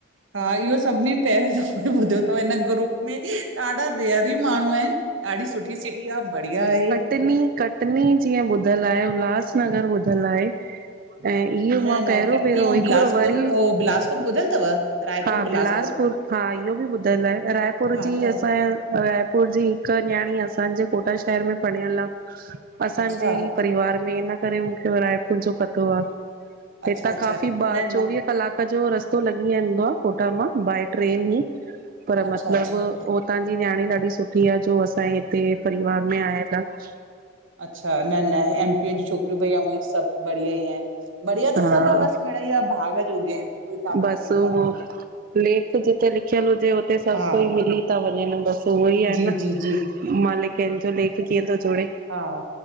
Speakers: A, on the right; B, on the right.
A: हा इहो सभिनी पहिरियों दफो इ ॿुधो थव हिन ग्रुप में, ॾाढा रेयर ई माण्हू आहिनि ॾाढी सुठी सिटी आहे, बढ़िया आहे।
B: टनी कटनी जीअं ॿुधलु आहे, उल्हासनगर ॿुधलु आहे। ऐं इहो मां
A: न
B: पहिरों
A: न कटनी
B: पहिरों
A: ऐं
B: हिकु
A: बिलासपुर
B: बेरो वरी,
A: हो बिलासपुर ॿुधल अथव रायपुर
B: हा
A: बिलासपुर?
B: बिलासपु पुर, हा इहो बि ॿुधयल आहे, रायपुर
A: हा
B: जी
A: त
B: असांजे रायपुर जी हिकु न्याणी असांजे कोटा शहर में पढ़ियल आ, असांजी
A: अच्छा
B: परिवार में हिन करे, मूंखे रायपुर जो पतो आहे।
A: अच्छा
B: हितां
A: अच्छा
B: काफ़ी ॿ
A: न
B: चोवीह
A: न
B: कलाक रो रस्तो लॻी वदो आहे। कोटा मां बाए ट्रेन ई, पर
A: अच्छा
B: मतलब
A: अच्छा
B: उतां जी न्याणी ॾाढी सुठी आहे। जो असांजे हिते परिवार में आयल आहे।
A: अच्छा! न-न, एमपी जी छोकिरियूं भई ऐंऊं ई सभ बढ़िया ई आहिन। बढ़िया त
B: हा
A: सभ आहे। बस मिढ़ई भाग जो गेम, कोई काथा
B: बस
A: कोई
B: उहो
A: काथा
B: लेख जिते लिखियल हुजे, उते सभ
A: हा
B: कोई मिली था वञन। बस उहो ई आहे
A: जी
B: न।
A: जी जी
B: मालिक कंहिंजो लेख कीअं थो जोड़े
A: हां,